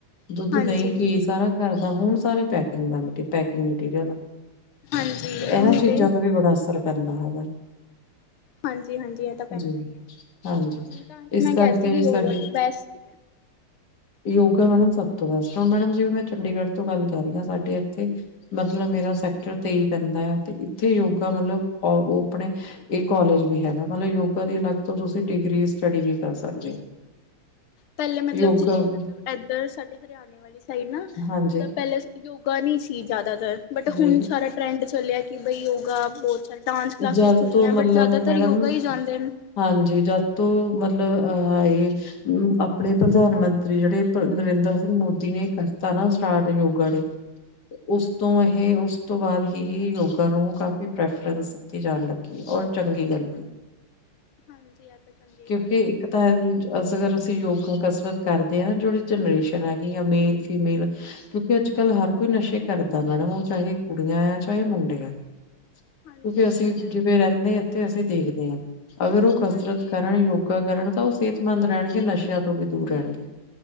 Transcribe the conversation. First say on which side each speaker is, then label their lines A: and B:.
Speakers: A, on the left (about 55°); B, on the left (about 80°).
A: ਦੁੱਧ
B: ਹਾਂਜੀ
A: ਦਹੀਂ ਘੀ ਸਾਰਾ ਘਰ ਦਾ ਹੁਣ ਸਾਰੇ ਪੈਕਿੰਗ ਦਾ ਮਟੀ ਪੈਕਿੰਗ ਮਟੀਰੀਅਲ
B: ਹਾਂਜੀ
A: ਤੇ ਇਹਨਾਂ
B: ਉਹੀ
A: ਚੀਜ਼ਾਂ
B: ਤੇ
A: ਦਾ ਵੀ ਬੜਾ ਅਸਰ ਕਰਦਾ ਹੈਗਾ
B: ਹਾਂਜੀ ਹਾਂਜੀ ਇਹ ਤਾਂ ਪੈਂਦਾ
A: ਜੀ
B: ਹੀ ਹੈ
A: ਹਾਂਜੀ।
B: ਹ ਤਾਂ
A: ਇਸ
B: ਮੈਂ
A: ਕਰਕੇ
B: ਕਹਿ ਰੀ ਸੀ ਕਿ
A: ਵੀ ਸਾਡੀ
B: ਯੋਗਾ ਤੋਂ ਬੈਸਟ
A: ਯੋਗਾ ਮੈਡਮ ਸਬ ਤੋਂ ਬੈਸਟ ਹ ਮੈਡ ਜਿਵੇ ਮੈਂ ਚੰਡੀਗੜ੍ਹ ਤੋਂ ਗੱਲ ਕਰ ਰਹੀ ਹਾਂ ਸਾਡੇ ਇੱਥੇ ਮਤਲਬ ਮੇਰਾ ਸੈਕਟਰ ਤੇਈ ਪੈਂਦਾ ਆ ਤੇ ਥੇ ਯੋਗਾ
B: ਹਾਂਜੀ
A: ਮਤਲਬ ਆਪਣੇ ਇਹ ਕੋਾਲਜ ਵੀ ਹੈਗਾ ਮਤਲਬ ਯੋਗਾ ਦੀ ਅਲੱਗ ਤੋਂ ਤੁਸੀਂ ਡਿਗਰੀ ਸਟੱਡੀ ਵੀ ਕਰ ਸਕਦੇ ਹੋ
B: ਪਹਿਲੇ ਮਤਲਬ
A: ਯੋਗਾ
B: ਜ ਮਤਲਬ ਇੱਧਰ ਸਾਡੇ ਹਰਿਆਣੇ ਵਾਲੀ ਸਾਈਡ ਨਾ
A: ਹਾਂਜੀ,
B: ਮਤਲਬ ਪਹਿਲਾਂ ਯੋਗਾ ਨਹੀਂੀ ਸੀ ਜ਼ਿਆਦਾਤਰ ਬਟ
A: ਜੀ
B: ਹੁਣ ਸਾਰਾ ਟਰੈਂਡ ਚੱਲਿਆ ਕਿ ਬਾਈ ਯੋਗਾ ਬਹੁਤ ਸਾਰੇ ਡਾਂਸ ਕਲਾਸਿਸ
A: ਜਦ
B: ਖੁੱਲ੍ਹੀਆਂ
A: ਤੋਂ ਮਤਲਬ
B: ਬਟ ਜ਼ਿਆਦਾਤਰ
A: ਮੈਡਮ
B: ਯੋਗਾ ਹੀ ਜਾਂਦੇ ਨੇ
A: ਹਾਂਜੀ ਜਦ ਤੋਂ ਮਤ ਲਬ ਇਹ ਆਪਣੇ ਪ੍ਰਧਾਨ ਮੰਤਰੀ ਜਿਹੜੇ ਪ ਨਰਿੰਦਰ ਸਿੰਘ ਮੋਦੀ ਨੇ ਕਰਤਾ ਨਾ ਸਟਾਰਟ ਯੋਗਾ ਡੇ ਉਸ ਤੋਂ ਇਹ ਉਸ ਤੋਂ ਬਾਅਦ ਹੀ ਯੋਗਾ ਨੂੰ ਕਾਫ਼ੀ ਪ੍ਰੈਫਰੈਂਸ ਦਿਤੀ ਜਾਣ ਲੱਗੀ ਔਰ ਚੰਗੀ ਗੱਲ ਵੀ
B: ਹਾਂਜੀ ਇਹ ਤਾਂ ਚੰਗੀ
A: ਕਿਉਂਕਿ
B: ਗੱਲ ਹੈ
A: ਇੱਕ ਤਾਂ ਅਸਗਰ ਅਸੀਂ ਯੋਗਾ ਕਸਰਤ ਕਰਦੇ ਹਾਂ ਨਾ ਜਿਹੜੀ ਜਨਰੇਸ਼ਨ ਹੈਗੀ ਆ ਮੇਲ ਫੀਮੇਲ ਕਿਉਂਕਿ ਅੱਜ ਕੱਲ ਹਰ ਕੋਈ ਨਸ਼ੇ ਕਰਦਾ ਮੈਡਮ ਉਹ ਚਾਹੇ ਕੁੜੀਆਂ ਆ ਚਾਹੇ ਮੁੰਡੇ ਆ ਕਿਉਂਕਿ
B: ਹਾਂਜੀ ਇਹ
A: ਅਸੀਂ
B: ਤਾਂ ਹੈ
A: ਜਿਵੇਂ ਰਹਿੰਦੇ ਹਾਂ ਇੱਥੇ ਅਸੀਂ ਦੇਖਦੇ ਹਾਂ ਅਗਰ ਉਹ ਕਸਰਤ
B: ਹਾਂਜੀ
A: ਕਰਨ ਯੋਗਾ ਕਰਨ ਤਾਂ ਉਹ ਸਿਹਤਮੰਦ ਰਹਿਣਗੇ ਨਸ਼ਿਆਂ ਤੋਂ ਵੀ ਦੂਰ ਰਹਿਣਗੇ